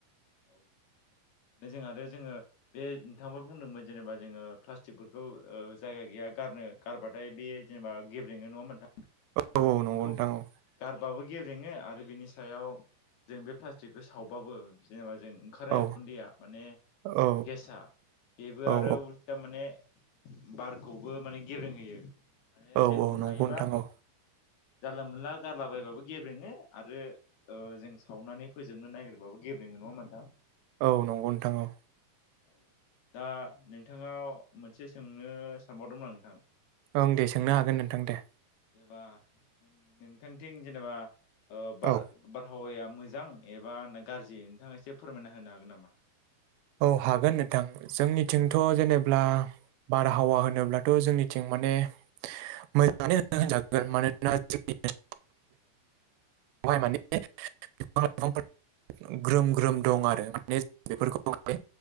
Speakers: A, on the left; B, on the right.
A: औ नोंथां। ने जों आरो जोङो बे नोंथांङाबो बुंदोंमोन जेनेबा जोङो प्लास्टिकफोरखौ ओ जायगा गैया गा गारनो गारबाथाय बे जेनेबा गेब्रेनो नङा होनबा नोथां
B: औ
A: ओ
B: औ
A: जोंखौ
B: नंगौ नोंथां औ
A: गारबाबो गेब्रेङो आरो बिनि सायाव जों बे प्लास्टिकखौ सावबाबो जेनेबा जों ओंखारनाय
B: औ
A: उखुन्दैया माने
B: औ
A: गेसआ बेबो
B: औ
A: आरो उल्ता माने बारखौबो माने गेबेंहोयो माने
B: औ
A: जों
B: औ
A: बुंनो
B: नंगौ
A: हायोबा
B: नोंथां औ
A: जानला मोनला गारला बयबाबो गेब्रेङो आरो ओ जों सावनानै फोजो जोबनो नागिरबाबो गेब्रेङो नङा होनबा नोंथां?
B: औ नंगौ नोंथां औ।
A: औ दा नोंथाङाव मोनसे सोंनो सानबावदोंमोन आं नोंथां।
B: ओं दे सोंनो हागोन नोंथां दे।
A: जेनेबा नोंथांथिं जेनेबा ओ बार
B: औ
A: बारहावाया मोजां एबा गाज्रि नोंथाङा एसे फोरमायना होनो हागोन नामा?
B: औ हागोन नोंथां जोंनिथिंथ जेनेब्ला बारहावा होनोब्लाथ जोंनिथिं माने मोजाङै होन होनजागोन मानोना जोंनि
A: <inaudible>
B: आवहाय माने बिफां लाइफांफोर ग्रोम ग्रोम दं आरो माने बेफोरखौ <unintelligible>